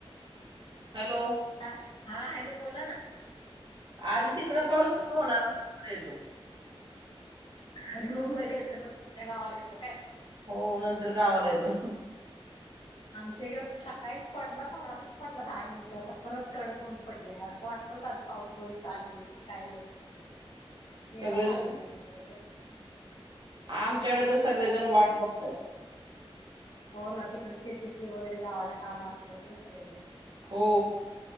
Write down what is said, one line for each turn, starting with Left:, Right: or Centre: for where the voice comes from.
Right: हॅलो!
Left: हा हा हॅलो! बोला ना.
Right: आधी तिकडं पाऊस सुरू होणार मगं इकड येतो.
Left: आधी मुंबईला येतो मगं तुमच्या गावाला येतो काय?
Right: हो नंतर गावाला येतो.
Left: आमच्या इकडे सकाळीच पडला थोडासाच पडला दहा मिनिट आता परत कडक होऊन पडले असं वाटत. आज पाऊस होईल चालू मगं काही नाही गेला
Right: सगळेजण
Left: दहा मिनिटानी लगेचच.
Right: आमच्याकडे तर सगळे जण वाट बघतात.
Left: हो ना, तिकडे शेतीची वगैरे गावाला काम असतात ना सगळ्यांची
Right: हो.